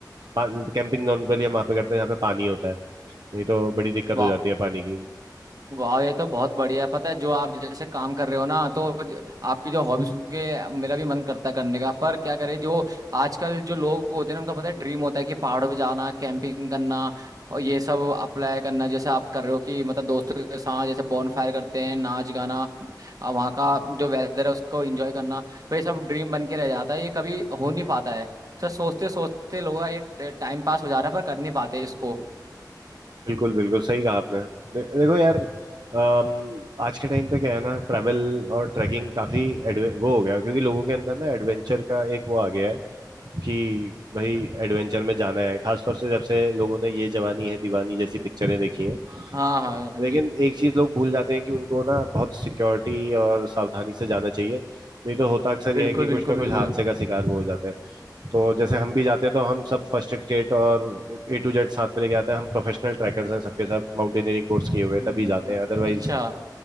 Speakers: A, on the right; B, on the right.
A: पा, कैंपिंग नॉर्मली हम वहाँ पे करते हैं जहाँ पे पानी होता है नहीं तो बड़ी दिक्कत
B: वाह
A: हो जाती है पानी की
B: वाह ये तो बहुत बढ़िया है पता है जो आप जैसे काम कर रहे हो ना तो ज- आपकी जो हॉबी सुन के मेरा भी मन करता है करने का पर क्या करें जो आजकल जो लोग होते हैं ना उनका पता है ड्रीम होता है कि पहाड़ों पे जाना कैंपिंग करना और ये सब अप्लाई करना जैसे आप कर रहे हो कि मतलब दोस्तों के साथ जैसे बॉन फायर करते हैं नाच गाना अ, वहाँ का जो वेदर है उसको एंजॉय करना तो ये सब ड्रीम बन के रह जाता है ये कभी हो नहीं पाता है सर सोचते सोचते लोगों का ये टाइम पास हो जा रहा है पर कर नहीं पाते इसको
A: बिल्कुल बिल्कुल सही कहा आपने दे, देखो यार अम, आज के टाइम पे क्या है ना ट्रैवल और ट्रैकिंग काफी एडवे वो हो गया है, क्योंकि लोगों के अंदर ना एडवेंचर का एक वो आ गया है कि भाई एडवेंचर में जाना है खासतौर से जब से लोगों ने ये जवानी है दीवानी जैसी पिक्चरें देखी हैं
B: हाँ हाँ
A: लेकिन
B: जी
A: एक चीज लोग भूल जाते हैं कि उनको ना बहुत सिक्योरिटी और सावधानी से जाना चाहिए नहीं तो होता अक्सर
B: बिल्कुल
A: यह है कि कुछ
B: बिल्कुल
A: ना
B: बिल्कुल
A: कुछ हादसे का शिकार वो हो जाते हैं तो जैसे हम भी जाते हैं तो हम सब फर्स्ट एड किट और ए टू जेड साथ में लेके आते हैं हम प्रोफेशनल ट्रैकर्स हैं सबके साथ माउंटेनियरिंग कोर्स किए हुए हैं,
B: मतलब
A: तभी जाते हैं अदरवाइज
B: अच्छा